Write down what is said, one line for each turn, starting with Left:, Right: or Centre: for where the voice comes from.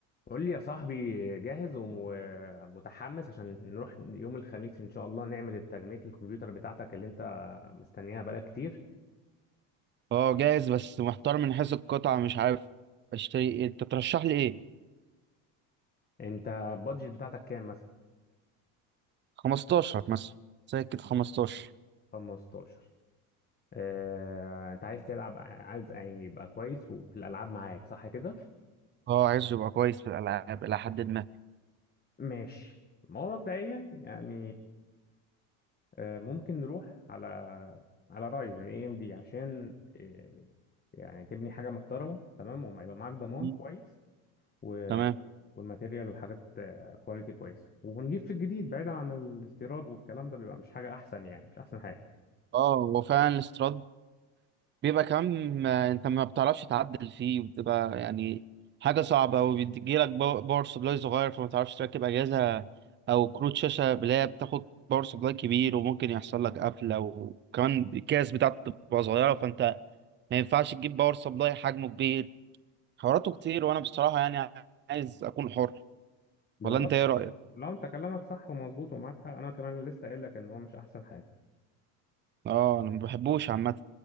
Left: قول لي يا صاحبي جاهز ومتحمس عشان نروح يوم الخميس ان شاء الله نعمل التجميع الكمبيوتر بتاعتك اللي انت مستنيها بقالك كتير
Right: اه جاهز بس محتار من حيث القطعة مش عارف اشتري ايه انت ترشح لي ايه
Left: انت البادجت بتاعتك كام مثلا
Right: 15 مثلا سكة 15
Left: 15 اه انت عايز تلعب عايز يعني يبقى كويس وفي الالعاب معاك صح كده
Right: اه عايزه يبقى كويس في الالعاب الى حد ما
Left: ماشي ما هو مبدئيا يعني اه ممكن نروح على على رايزن اي ام دي عشان اه يعني تبني حاجه محترمه تمام وما يبقى معاك ضمان
Right: مم.
Left: كويس و...
Right: تمام
Left: والماتيريال وحاجات كواليتي كويسه ونجيب في الجديد بعيدا عن الاستيراد والكلام ده بيبقى مش حاجه احسن يعني مش احسن حاجه
Right: اه هو فعلا الاستراد بيبقى كمان ما- انت ما بتعرفش تعدل فيه وبتبقى يعني حاجة صعبة وبيجيلك باو- باور سبلاي صغير فما تعرفش تركب اجهزة او كروت شاشة اللي هي بتاخد باور سبلاي كبير وممكن يحصل لك قفلة وكمان الكاس بتاعته بتبقى صغيرة فانت ما ينفعش تجيب باور سبلاي حجمه كبير حواراته كتير وانا بصراحه يعني عايز اكون حر
Left: بالظبط
Right: ولا انت ايه رايك
Left: لو انت كلامك صح ومظبوط ومعاك حق انا كمان لسه قايل لك ان هو مش احسن حاجه
Right: اه انا ما بحبوش عامه